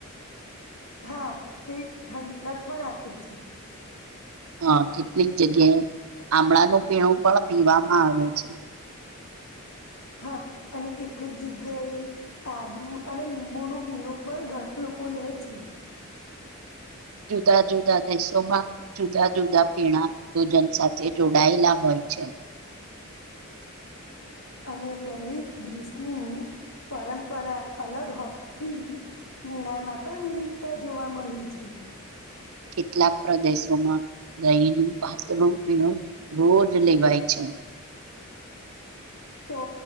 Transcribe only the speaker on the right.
હા, કેટલીક જગ્યાએ આમળાનું પીણું પણ પીવામાં આવે છે.
જુદા જુદા દેશોમાં જુદા જુદા પીણા ભોજન સાથે જોડાયેલા હોય છે
કેટલાક પ્રદેશોમાં દહીનું પાતળું પીણું રોજ લેવાય છે